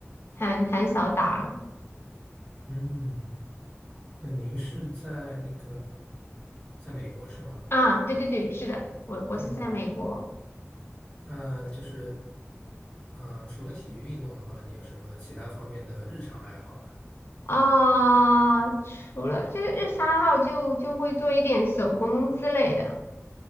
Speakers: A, on the left (about 50°); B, on the left (about 25°).
A: 很很少打了
B: 嗯，那您是在那个在美国是吗？
A: 啊。对对对，是的，我我是在美国
B: 哦，那就是。嗯，除了体育运动的话，你有什么其他方面的日常爱好啊？
A: 啊、除了就是日常爱好就就会做一点手工之类的。